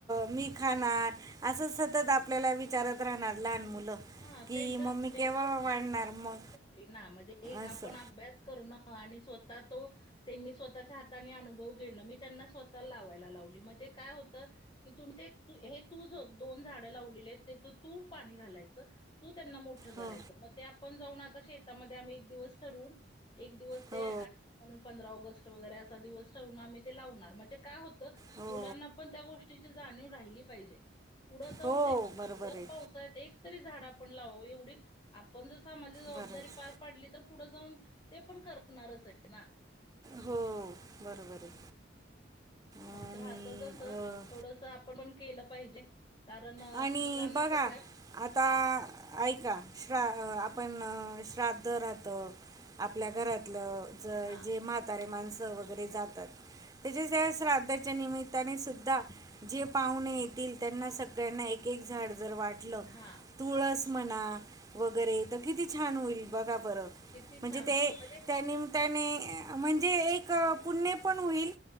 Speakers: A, on the right; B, on the left.
A: मी अं खाणार असं सतत आपल्याला विचारत राहणार लहान मुलं
B: हां,
A: की
B: त्यांचं
A: मम्मी
B: त्यावेळेस
A: केव्हा
B: ज्ञान
A: वाढणार मग?
B: ना म्हणजे एक
A: असं
B: आपण अभ्यास करणं आणि स्वतः तो त्यांनी स्वतःच्या हाताने अनुभव घेणं मी त्यांना स्वतः लावायला लावली म्हणजे काय होतं कि तुम ते हे तू दोन झाडं लावलेली त्याच तू पाणी घालायचं तू त्यांना मोठं करायचं
A: हो
B: मग ते आपण जाऊन आता शेतं तामध्ये आम्ही एक दिवस ठरून एक दिवस ते
A: हो
B: अट म्हणून पंधरा ऑगस्ट वगैरे असा दिवस ठेवून आम्ही ते लावणार म्हणजे काय होतं
A: हो
B: मुलांना पण त्या गोष्टी जाणीव राहिली पाहिजे पुढं जाऊन
A: हो
B: ते
A: बरोबर
B: <unintelligible>
A: आहे
B: एक तरी झाड आपण लावाव एवढी आपण जर सामाज्याची जबाबदारी
A: बरंच
B: पार पडली तर पुढे जाऊन ते पण करणारच आहेत ना.
A: हो बरोबर आहे.
B: हो
A: आणि
B: तर आता तस
A: अ,
B: थोडस आपण पण केलं पाहिजे कारण
A: आणि
B: मुलांना
A: बघा
B: कसं आहे
A: आता ऐका श्रा आपण श्राद्ध राहतं आपल्या घरातलं ज
B: हा
A: जे म्हातारे माणसं वगैरे जातात. त्याच्या ज्या श्राद्धाच्या निमित्ताने सुद्धा जे पाहुणे येतील त्यांना स त्यांना एक एक झाड जर वाटलं
B: हा
A: तुळस म्हणा वगैरे तर किती छान होईल बघा बरं
B: किती
A: म्हणजे
B: छान
A: ते
B: होईल म्हणजे
A: त्यांनी त्याने म्हणजे एक पुण्य पण होईल